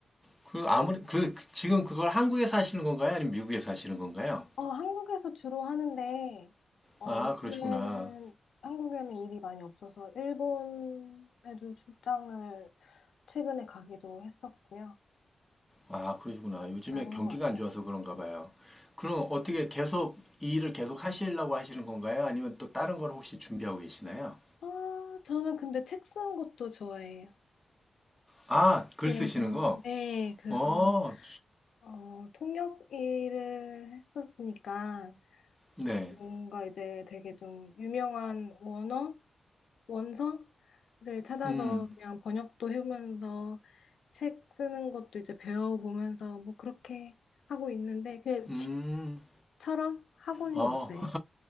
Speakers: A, in the centre; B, on the left.
A: 그 아무리 그 그- 지금 그걸 한국에서 하시는 건가요? 아니면 미국에서 하시는 건가요?
B: 어, 한국에서 주로 하는데, 어,
A: 아,
B: 요즘에는
A: 그러시구나.
B: 한국에는 일이 많이 없어서 일본에도 출장을 최근에 가기도 했었고요.
A: 아, 그러시구나.
B: 그렇게
A: 요즘에
B: 하는
A: 경기가
B: 것 같아요.
A: 안 좋아서 그런가 봐요. 그럼 어떻게 계속 이 일을 계속 하시려고 하시는 건가요? 아니면 또 다른 걸 혹시 준비하고 계시나요?
B: 아, 저는 근데 책 쓰는 것도 좋아해요.
A: 아, 글
B: 그래서,
A: 쓰시는 거?
B: 네, 그래서,
A: 어,
B: 어, 통역 일을 했었으니까,
A: 네.
B: 뭔가 이제 되게 좀 유명한 원어? 원서를 찾아서
A: 음.
B: 그냥 번역도 해보면서 책 쓰는 것도 이제 배워보면서 뭐 그렇게 하고 있는데 그냥
A: 음.
B: 취미처럼 하고는
A: 아.
B: 있어요.